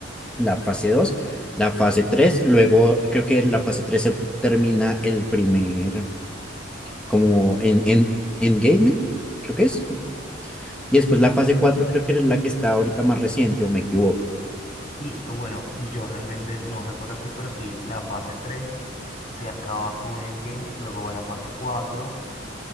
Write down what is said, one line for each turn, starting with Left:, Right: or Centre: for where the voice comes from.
Centre: la fase 2, la fase 3, luego creo que la fase 3 se termina el primer, como en, en Endgame, creo que es, y después la fase 4 creo que es la que está ahorita más reciente, o me equivoco.
Left: Sí, eh, bueno, yo realmente no recuerdo así, pero sí, la fase 3 se acaba con Endgame, luego va la fase cuatro